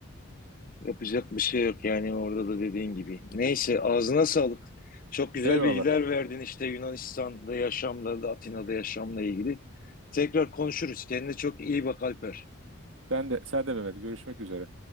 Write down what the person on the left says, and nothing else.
yapacak bir şey yok yani orada da dediğin gibi. Neyse, ağzına sağlık. Çok güzel
bilgiler verdin işte Yunanistan'da yaşamla, da Atina'da yaşamla ilgili. Tekrar konuşuruz. Kendine çok iyi bak Alper.